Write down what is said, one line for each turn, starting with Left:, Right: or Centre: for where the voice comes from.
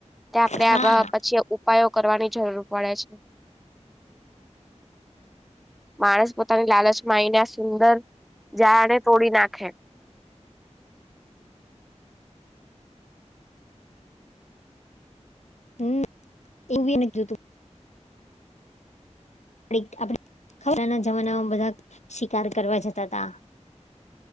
Centre: તે આપડે
Left: હા
Centre: આ પછી ઉપાયો કરવાની જરૂર પડે છે માણસ પોતાની લાલચમાંય ને આ સુંદર જાને તોડી નાખે
Left: હમ્મ એવું એ નથી જોતું આપ આપણે પહેલાના જમાનામાં બધા શિકાર કરવા જતા હતા